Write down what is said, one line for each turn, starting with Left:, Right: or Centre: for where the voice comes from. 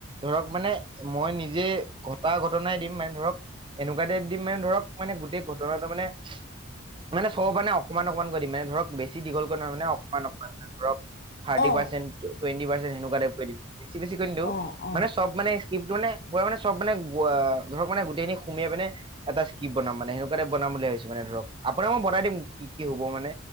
Right: ধৰক মানে, মই নিজে ঘটা ঘটনাই দিম মানে ধৰক এনেকুৱা টাইপ দিম মানে ধৰক মানে গোটেই ঘটনাটো মানে মানে চবৰ কাৰণে অকমান - অকমানকৈ দিম মানে ধৰক, বেছি দীঘলকৈ নহয় মানে, অকণমান - অকণমানকৈ ধৰক থাৰ্টি
Left: অ
Right: পাৰ্চেণ্ট, টুৱেণ্টি পাৰ্চেণ্ট, সেনেকুৱাকে টাইপ কৰি দিম। মানে বেছি - বেছি কৈ নিদিওঁ,
Left: অ', অ',
Right: মানে চব মানে স্ক্ৰিপটো মানে মই মানে চব মানে অ'- ধৰক মানে গোটেইখিনি সোমেই পিনে এটা স্কিপ বনাম মানে, সেনেকুৱা টাইপ বনাম বুলি ভাবিছোঁ মানে ধৰক। আপোনাক মই বনাই দিম কি - কি হব মানে